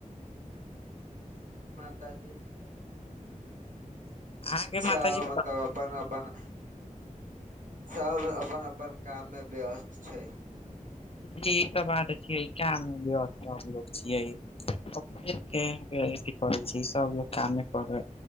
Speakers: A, on the right; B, on the left.
A: जी हमरो माताजी पिताजी सब नीक
B: अहाँके
A: सभ
B: माताजी
A: मतलब अपन अपन सब अपन अपन काम मे व्यस्त छै।
B: जी ई त बात छियै काम मे व्यस्त सब लोक छियै। <unintelligible> करै
A: जी
B: छै सभ लोग कामे कऽ के